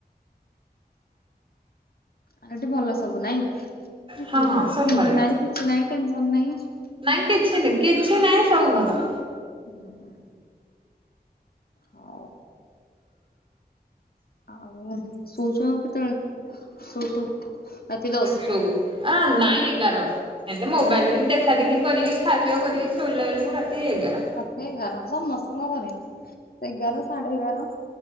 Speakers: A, on the left (about 65°); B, on the right (about 30°).
A: ଆ ଏଠି ଭଲ ସବୁ ନାଇଁ। ଏକୁିଟିଆ
B: ହଁ ହଁ
A: ଫ୍ୟାମିଳି
B: ସବୁ ଭଲ।
A: ନାଇଁ କିଛି ନାଇଁ ଟେନସନ ନାହିଁ।
B: ନାଇଁ କିଛି ନହି କିଛି ନାଇଁ ସବୁ ଭଲ।
A: ହୁଁ ହୁଁ। ହଉ। ଆଉ ଶୋଉଛ କେତେବେଳେ ଶୋଉ ଶୋଉ ରାତି ଦଶ
B: ସବୁ ନାଇଁ ଏଗାର ହେଲେ ମୋବାଇଲ ଦେଖା ଦେଖି କରିକି। ଖାଦ୍ୟ କରିକି ଶୋଇଲା ବେଳକୁ ରାତି ଏଗାର।
A: ସତେ ଏଗାର ସମସ୍ତଙ୍କ ଘରେ ସେ ଏଗାର ସାଢେ ଏଗାର।